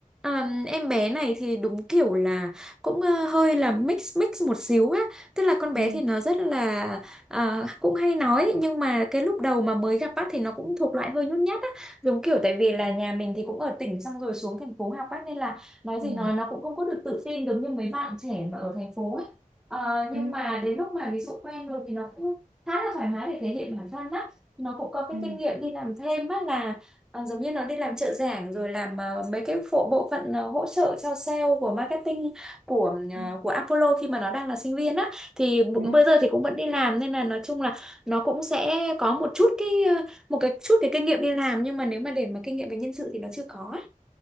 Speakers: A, in the centre; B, on the right (about 80°).
A: À, em bé này thì đúng kiểu là cũng ờ, hơi là mix mix một xíu á tức là con bé
B: ừ
A: thì nó rất là ờ, cũng hay nói nhưng mà cái lúc đầu mà mới gặp bác thì nó cũng thuộc loại hơi nhút nhát á giống kiểu tại vì là nhà mình thì cũng ở tỉnh xong rồi xuống thành phố học bác nên là nói gì
B: ừ
A: nói nó cũng không có được tự tin giống như mấy bạn trẻ mà ở thành phố ấy Ờ, nhưng
B: ừ
A: mà đến lúc mà ví dụ quen rồi thì nó cũng khá là thoải mái để thể hiện bản thân á nó cũng có cái
B: ừ
A: kinh nghiệm đi làm thêm á là Ờ, giống như nó đi làm trợ giảng rồi làm ờ, mấy cái phụ bộ phận ờ, hỗ trợ cho sale của marketing của ờ,
B: ừ
A: của Apollo khi mà nó đang là sinh viên á thì b-
B: ừ.
A: bây giờ thì cũng vẫn đi làm nên là nói chung là nó cũng sẽ có một chút cái ờ, một cái chút cái kinh nghiệm đi làm nhưng mà nếu mà để mà kinh nghiệm về nhân sự thì nó chưa có á.